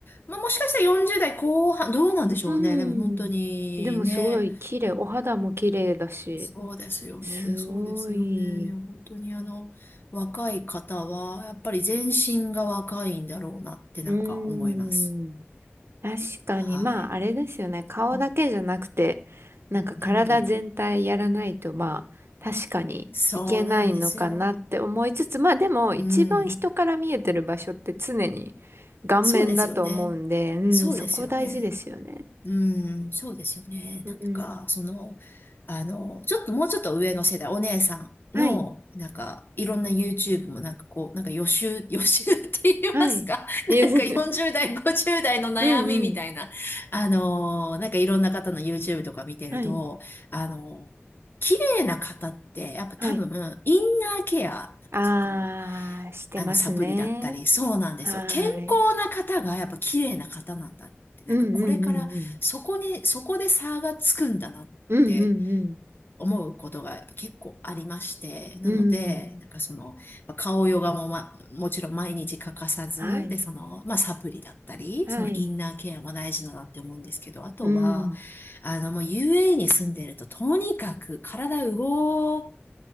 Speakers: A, on the left; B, on the right.
A: まあ、もしかしたら40代後半、どうなんでしょうね。
B: う
A: でも本当にね、
B: ん。でもすごい綺麗。お肌も綺麗だし。
A: そうですよね。
B: すごい。
A: そうですよね。いや、本当にあの、若い方は、やっぱり全身が若いんだろうなってなんか思います。
B: うん。確かに、
A: はい。
B: まあ、あれですよね。顔だけじゃなくて、
A: うん
B: なんか体全体やらないと、
A: うんうんうん
B: まあ、確かにいけないのかなって思いつつ、
A: そうなんですよ。
B: まあでも、一番人から見えてる場所って常に
A: うん。
B: 顔面だと思うんで、
A: そうですよね。
B: うん、
A: そうですよね。
B: そこ大事ですよね。
A: うん、そうですよね。
B: うんうん。
A: なんだか、その、あの、ちょっともうちょっと上の世代、お姉さんの、
B: はい、
A: なんか、いろんな YouTube もなんかこう、なんか予習、<laughs> 予習って言いますか
B: はい。
A: <laughs>
B: いえ
A: なんか40代、
B: <laughs>、
A: 50代の悩みみたいな、
B: うんうん。
A: あの、なんかいろんな方の YouTube とか見てると、
B: はい、
A: あの、綺麗な方って、やっぱ多分、
B: はい。
A: インナーケア、なんかその、
B: あー、してますね。
A: あの、サプリだったり、そうなんですよ。
B: はーい。
A: 健康な方がやっぱ綺麗な方なんだって、なんかこれからそこに、
B: うんうんうんうん。
A: そこで差がつくんだなって
B: うんうんう
A: 思うことがやっぱ結構ありまして、なので、
B: ん。うん。
A: なんかその、まあ顔ヨガも、ま、もちろん毎日欠かさず、
B: はい。
A: で、その、まあ、サプリだったり、
B: はい。
A: そのインナーケアも大事だなって思うんですけど、あとは、
B: うん。
A: あの、もう UAE に住んでると、とにかく体動、